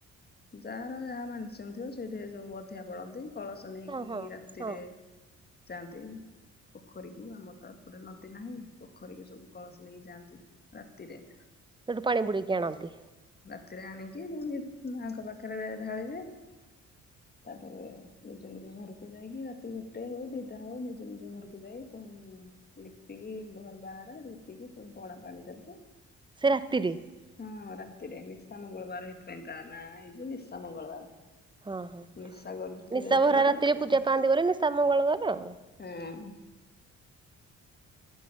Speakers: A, on the left; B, on the right.
A: ଯାହାର ଯାହା ମାନସିଙ୍କ ଥିବ ସେଇଠି ଯୋଉ ଅଧିଆ ପଡନ୍ତି। କଳସ ନେଇକି
B: ହଁ ହଁ
A: ରାତିରେ
B: ହଁ
A: ଯାଆନ୍ତି। ପୋଖରୀକୁ ଆମର ତ ଏପଟେ ନଦୀ ନାହିଁ ପୋଖରୀକୁ ସବୁ କଳସ ନେଇକି ଯାଆନ୍ତି ରାତିରେ।
B: ସେଠୁ ପାଣି ବୁଡ଼େଇକି ଆଣନ୍ତି?
A: ସେଥିରେ ଆଣିକି ପୁଣି ମାଆଙ୍କ ପାଖରେ ଢାଳିବେ। ତାପରେ ନିଜ ନିଜ ଘରକୁ ଯାଇକି ରାତି ଗୋଟେ ହଉ ଦିଟା ହଉ ନିଜ ନିଜ ଘରକୁ ଯାଇ ପୁଣି ଲିପିକି ଘର ବାହାର ଲିପିକି ପୁଣି ପଣାପାଣି ଦେବେ।
B: ସେ ରାତିରେ?
A: ହଁ ରାତିରେ, ନିଶା ମଙ୍ଗଳବାର ହେଇଥି ପାଇଁ ତା ନାଆଁ ହେଇଛି ନିଶା ମଙ୍ଗଳବାର।
B: ହଁ-ହଁ,
A: ନିଶା କରୁଥିବେ
B: ନିଶା
A: ଯେତେବେଳେ
B: ଭରା ରାତିରେ
A: ସେତେବେଳେ
B: ପୂଜା
A: ଠାରୁ
B: ପାଆନ୍ତି ବୋଲି ନିଶା ମଙ୍ଗଳବାର ଆଉ
A: ହଁ।